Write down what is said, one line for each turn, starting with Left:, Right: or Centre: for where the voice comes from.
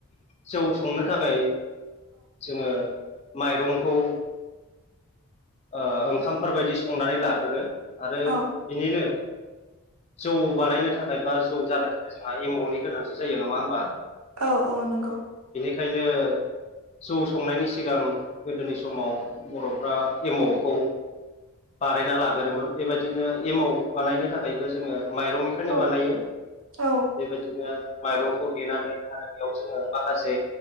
Left: जौ संनो थाखाय, जोंङो माइरंखौ ओ ओंखामफोरबायदि संनानै लागोरो आरो
Right: औ
Left: बिनिनो जौ बानायनो थाखाय बा जौ जानो थाखाय जोंहा एमाउनि गोनांथि जायो नंङा होमबा?
Right: औ औ नोंगौ।
Left: खायनो जौ संनायनि सिगां गोदोनि समाव बर'फ्रा। एमावखौ बानायना लागोरोमोन बेबायदिनो एमाव बानायनो थाखायबो जोंङो। माइरंनिफायनो
Right: औ
Left: बानायो
Right: औ
Left: बेबायदिनो माइरंखौ देनानै आरो बेयाव जोंङो माखासे